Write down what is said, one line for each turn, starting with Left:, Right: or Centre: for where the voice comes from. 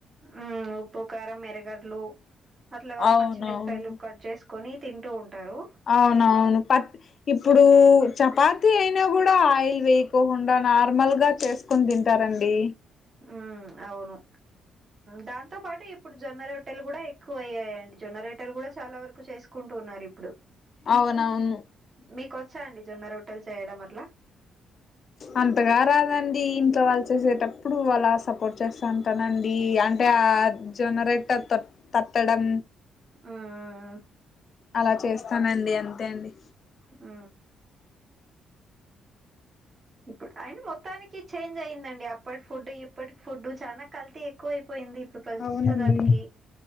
Right: ఊ ఉప్పు కారం ఎరగడ్లు అట్లాగా
Left: అవునవును
Right: పచ్చిమిరపకాయలు కట్ చేసు కొని తింటూ ఉంటారు
Left: అవునవును పత్ ఇప్పుడు చపాతి అయినా గూడా ఆయిల్ వేయకోకుండా నార్మల్ గా చేసి కొని తింటారండి
Right: ఉమ్ అవును దాంతో పాటు ఇప్పుడు జొన్న రోట్టలు గూడా ఎక్కువ అయ్యాయండి జొన్న రొట్టలు గూడా చాలా వరకు చేసు కుంటున్నారు ఇప్పుడు
Left: అవునవును
Right: మీకు వచ్చా అండి జొన్న రొట్టలు చేయడం అట్ల
Left: అంతగా రాదండి ఇంట్లో వాళ్ళు చేసేటప్పుడు వాళ్ళ సపోర్ట్ చేస్తాను తనండి అంటే ఆ జొన్నరొట్టె త తట్టడం
Right: ఆ ఆ ఆ
Left: అలా చేస్తానండి అంతే అండి
Right: ఊ ఇప్పుడ్ అయిన మొత్తానికి చేంజ్ అయిందండి అప్పటి ఫుడ్ ఇప్పటికి ఫుడ్ చాన కల్తీ ఎక్కువ అయిపోయింది ఇప్పుడు ప్రస్తుస్త
Left: అవునండి
Right: దానికి